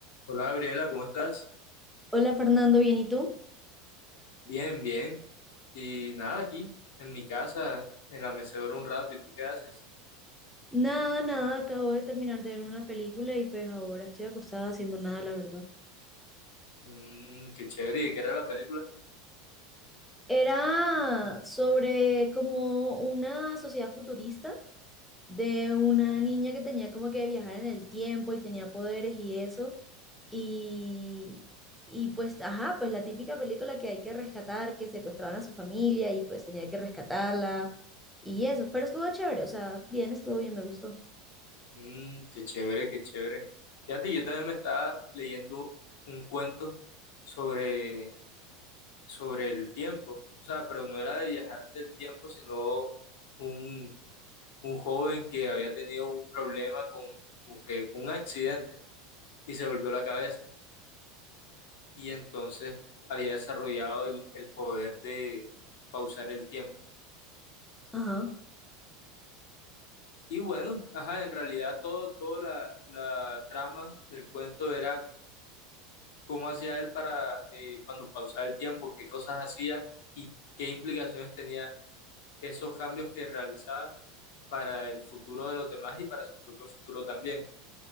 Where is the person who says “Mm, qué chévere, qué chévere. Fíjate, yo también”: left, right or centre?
Left